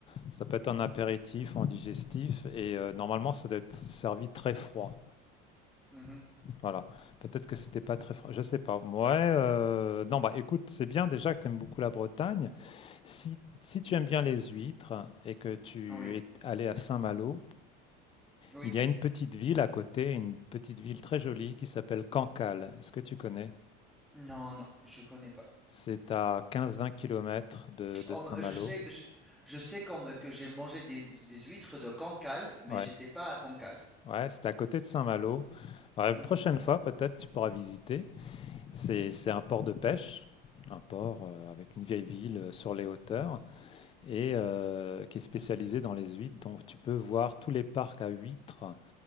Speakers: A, on the left; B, in the centre.
A: Ça peut être un apéritif, un digestif. Et euh, normalement, ça doit être servi très froid.
B: Mhm.
A: Voilà. Peut-être que c'était pas très froid. Je sais pas. Ouais. euh, Non, bah écoute, c'est bien déjà que tu aimes beaucoup la Bretagne. Si, si tu aimes bien les huîtres et que tu
B: Ah oui
A: es allé à Saint-Malo,
B: oui
A: il y a une petite ville à côté, une petite ville très jolie qui s'appelle Cancale. Est-ce que tu connais?
B: Non, non, je connais pas.
A: C'est à quinze-vingt kilomètres de, de
B: Oh,
A: Saint-Malo.
B: je sais, je, je sais comme que j'ai mangé des, des huîtres de Cancale, mais
A: Ouais,
B: j'étais pas à Cancale.
A: ouais, c'est à côté de Saint-Malo. Ouais,
B: Mhm.
A: la prochaine fois, peut-être tu pourras visiter. C'est, c'est un port de pêche, un port euh, avec une vieille ville euh, sur les hauteurs. et euh, qui est spécialisé dans les huîtres. Donc tu peux voir tous les parcs à huîtres,